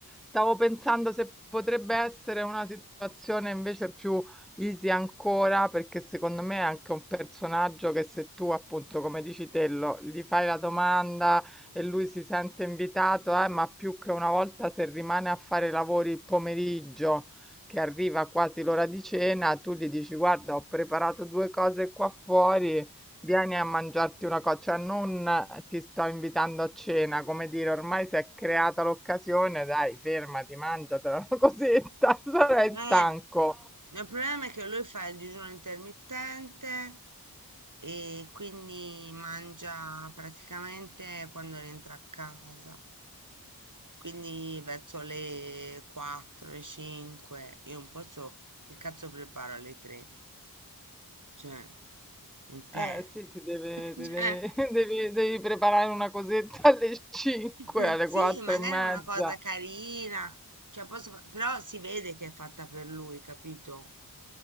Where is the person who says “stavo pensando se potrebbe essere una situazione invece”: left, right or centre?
Centre